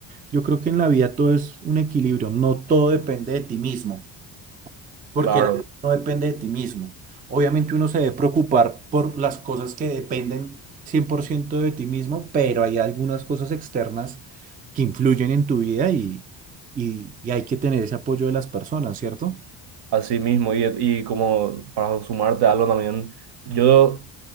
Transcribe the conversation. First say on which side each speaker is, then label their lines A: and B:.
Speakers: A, on the right (about 20°); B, on the right (about 60°).
A: yo creo que en la vida todo es un equilibrio, no todo depende de ti mismo, porque
B: claro,
A: la vida no depende de ti mismo. Obviamente uno se debe preocupar por las cosas que dependen 100% de ti mismo, pero hay algunas cosas externas que influyen en tu vida y, y, y hay que tener ese apoyo de las personas, ¿cierto?
B: así mismo. Y, y como para sumarte a algo también, yo